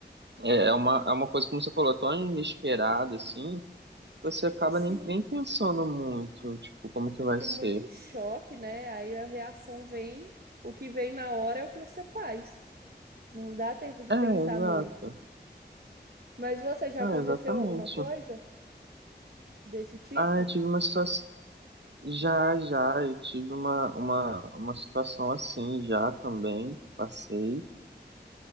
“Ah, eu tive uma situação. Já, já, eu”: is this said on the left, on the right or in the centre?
Right